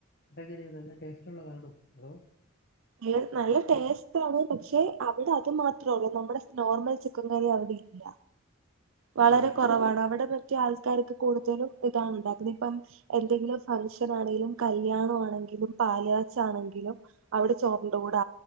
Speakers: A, on the left (about 50°); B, on the right (about 65°).
A: അതെങ്ങനെയാ നല്ല ടേസ്റ്റുള്ളതാണോ അതോ
B: ഏഹ് നല്ല ടേസ്റ്റ് ആണ് പക്ഷെ അവിടെ അത് മാത്രൊള്ളൂ നമ്മുടെ നോർമൽ ചിക്കൻ കറി അവിടെ ഇല്ല വളരെ
A: ഓ
B: കുറവാണ് അവിടെ മറ്റേ ആൾക്കാരൊക്കേ കൂടുതലും ഇതാണ് ഉണ്ടാക്കുന്നത് ഇപ്പം എന്തെങ്കിലും ഫംഗ്ഷൻ ആണെലും കല്യാണം ആണെങ്കിലും പാല് കാച്ചാണെങ്കിലും അവിടെ ചോറിന്റെ കൂടെ